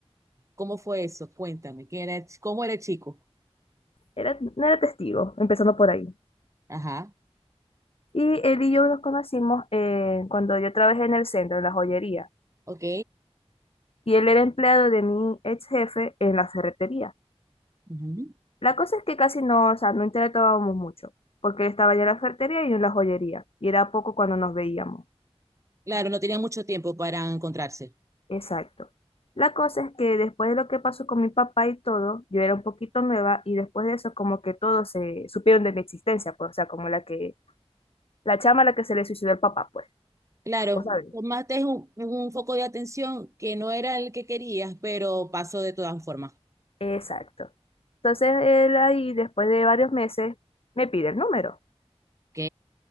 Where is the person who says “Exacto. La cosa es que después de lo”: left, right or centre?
Left